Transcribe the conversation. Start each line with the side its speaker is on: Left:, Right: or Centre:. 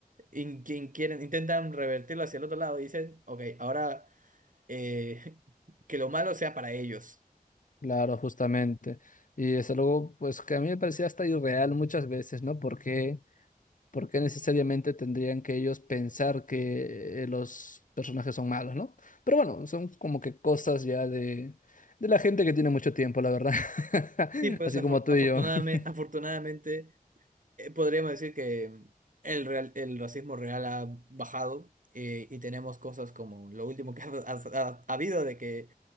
Right: in- quien quieren, intentan revertirlo hacia el otro lado y dicen, ok, ahora... eh, <laughs> que lo malo sea para ellos.
Left: Claro, justamente. Y es algo, pues, que a mí me parecía hasta irreal muchas veces, ¿no? Porque ¿Por qué necesariamente tendrían que ellos pensar que eh, los personajes son malos, ¿no? Pero bueno, son como que cosas ya de, de la gente que tiene mucho tiempo, la verdad. <laughs>
Right: Sí, pues
Left: Así
Right: afortunadamente,
Left: como tú y yo. <laughs>
Right: afortunadamente eh, podríamos decir que mm, el, real- el racismo real ha bajado eh, y tenemos cosas como lo último que ha, ha- ha habido de que